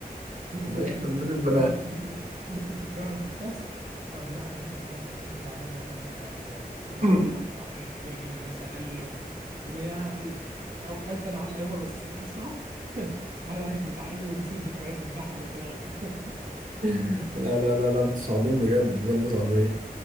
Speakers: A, on the right; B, on the right.
A: بنت
B: في الاخر
A: بنت
B: بنت
A: بتكرهنا
B: البنات
A: بنت بنت بتكرهنا في الفصل وقام ده قالت له كذا كذا اللي قاعدين بيعملوا فيك كده يا استاذ والاستاذ
B: أمم.
A: ده حتى بعدين لما ابويا جه المدرسه قال له ويعني اكلت انا على يومه بس بس اهو <laughs> الواحد عايش بيتعلم وبيسيب ذكريات بتضحك وخلاص <laughs>
B: <laughs> لا لا لا لا انتوا صعبين بجد بجد صعبين